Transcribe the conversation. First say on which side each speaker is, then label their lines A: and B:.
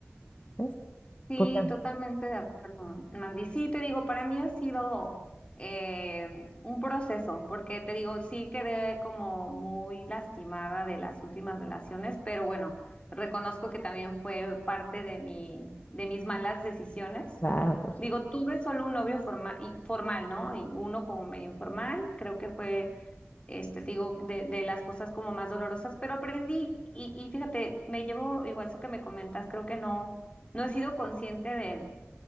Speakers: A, on the left; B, on the left.
A: ¿ves?
B: Sí,
A: Porque,
B: totalmente de acuerdo, Magdi. Sí, te digo, para mí ha sido eh, un proceso, porque te digo, sí quedé como muy lastimada de las últimas relaciones, pero bueno, reconozco que también fue parte de mi, de mis malas decisiones.
A: claro, por supuesto.
B: Digo, tuve solo un novio forma- y- formal, ¿no? Y uno como medio informal, creo que fue, este, te digo, de, de las cosas como más dolorosas, pero aprendí y, y fíjate, me llevo, igual eso que me comentas, creo que no. No he sido consciente de,